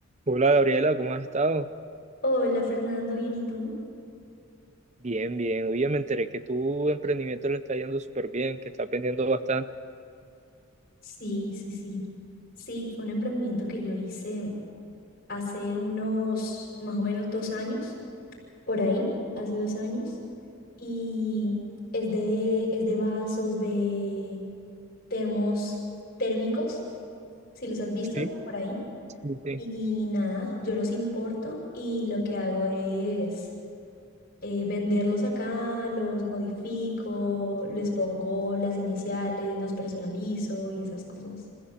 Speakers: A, on the right; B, on the left.
A: Hola Gabriela, ¿cómo has estado?
B: Hola Fernando, bien, ¿y tú?
A: Bien, bien. Oye, me enteré que tu emprendimiento le está yendo súper bien, que estás vendiendo bastante.
B: Sí, sí, sí. Sí, fue un emprendimiento que yo hice hace unos más o menos dos años, por ahí, hace dos años, y es de, es de vasos, de termos térmicos, si los has visto
A: Sí,
B: por ahí.
A: Sí, sí.
B: Y nada, yo los importo y lo que hago es eh, venderlos acá, los modifico, les pongo las iniciales, los personalizo y esas cosas.